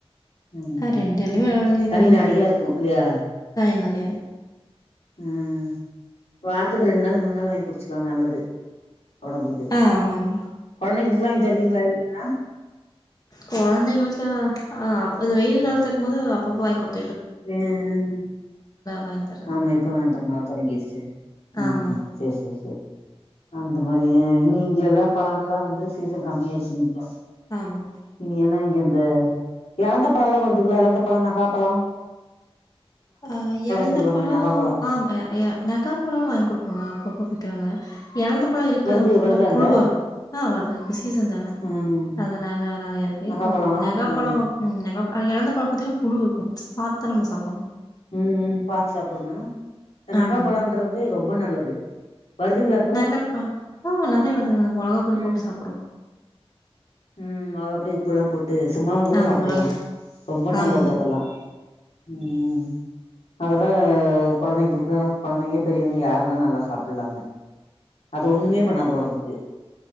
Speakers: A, on the left; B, on the left.
A: ஆமா
B: ஆ ரெண்டுலயுமே
A: அ
B: நல்லதுதாங்க
A: தண்ணி நெறைய இருக்கு இல்லையா
B: தண்ணி நெறைய
A: ம் வாரத்துக்கு ரெண்டு நாள் மூணு நாள் வாங்கி குடிச்சுக்கலா நல்லது ஒடம்புக்கு
B: ஆ ஆமாங்க
A: கொழந்தைங்களுக்கு எல்லா வாங்கி தருவீங்களா எளநீ எல்லா
B: கொழந்தைங்களுக்கு அ அப்ப வெயில் காலத்து இருக்கும் போது அப்பப்ப வாங்கி குட்
A: ம்
B: வாங்கி தர்றதுல்ல
A: ஆமா இப்ப ம மழை தொடங்கிடுச்சு ம்ஹூம்
B: ஆமா
A: ம் செரி செரி செரி அந்த மாதிரி அ இனி இங்க எல்லா பழங்கள்ல்லா வந்து சீசன் கம்மிய ஆயிடுச்சு இங்க
B: ஆமா
A: இனி என்ன இங்க இந்த எலந்த பழல்லாம் வருதுங்களா எலந்த பழோ நவாப்பழோ
B: அ எழந்த
A: சொல்லுவாங்களே
B: பழோ
A: நகாப்பழம்
B: ஆ அ அ நகாப் பழோ வாங்கி குடுப்பாங்க அப்பப்ப விக்கறாங்க எலந்த பழோ இருக்க
A: வருது
B: ஃபுல்லா
A: வருது அங்க
B: புழுவா இருக்கு ஆ வருதுங்க இப்ப சீசன் தானே
A: ம்
B: அதனால நெறைய இருக்கு
A: நகாப்பழோ
B: இப்போ நெகாப்பழோ
A: ம்
B: ம் நெகப்ப அ எலந்த பழ பாத்திங்கன்ன புழு இருக்கு பாத்தா நம்ம சாப்புடணு
A: ம் ம் பாத்து சாப்பிடணு இந்த நவாப்பழோன்றது
B: ஆமா
A: ரொம்ப நல்லது வருதுங்களா இப்போ
B: நக்கப்பா ஓ நெறைய வருதுங்க நாங்க மொளகாப் பொடி
A: ம்
B: போட்டு சாப்புடுவோ
A: ம் மொளகாய் பொடி உப்பு எல்லா போட்டு சும்மாவு கூட
B: ஆமா
A: சாப்பிடலா
B: மொளகா
A: ரொம்ப நல்லது
B: ஆமாங்க
A: அதெல்லா ம் ம் அதுல கொழந்தைங்களுக்கு கொழந்தைங்க பெரியவங்க யாரு வேணா நல்லா சாப்பிடலமே அது ஒண்ணுமே பண்ணாது ஒடம்புக்கு